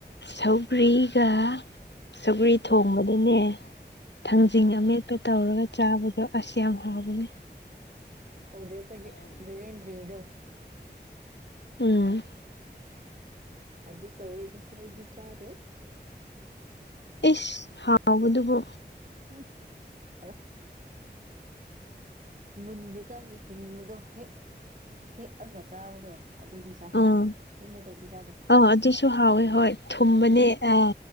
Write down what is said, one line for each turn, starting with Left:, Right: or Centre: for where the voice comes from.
Left: ꯁꯧꯒ꯭ꯔꯤꯒ ꯁꯧꯒ꯭ꯔꯤ ꯊꯣꯡꯕꯗꯅꯦ ꯊꯥꯡꯖꯤꯡ
Right: ꯎꯝ
Left: ꯑꯃꯦꯠ ꯄꯦ ꯇꯧꯔꯒ ꯆꯥꯕꯗꯣ ꯑꯁ ꯌꯥꯝ ꯍꯥꯎꯕꯅꯦ
Right: ꯍꯧꯗꯦ ꯈꯣꯢꯒꯤ ꯕꯦꯂꯟꯗ꯭ꯔꯤꯗꯣ
Left: ꯎꯝ
Right: ꯑꯗꫭ ꯇꯧꯋꯗꯨꯁꯨ ꯑꯩꯗꯤ ꯆꯥꯗꯦ
Left: ꯢꯁ ꯍꯥꯎꯕꯗꯨꯕꯨ
Right: <inaudible> ꯑꯂ ꯃꯨꯟꯗ꯭ꯔꯤꯀꯥꯟꯒꯤ ꯍꯤꯡꯕꯗꯣ ꯍꯦꯛ ꯍꯦꯛꯑꯒ ꯆꯥꯕꯗꯣ ꯑꯗꯨꯗꯤ ꯆꯥꯏ
Left: ꯑꯥ
Right: ꯑꯗꯨ ꯅꯠꯇ꯭ꯔꯗꯤ ꯆꯥꯗꯦ
Left: ꯑꯥ ꯑꯗꯨꯁꯨ ꯍꯥꯎꯋꯦ ꯍꯣꯏ ꯊꯨꯝꯕꯅꯦ ꯑꯥ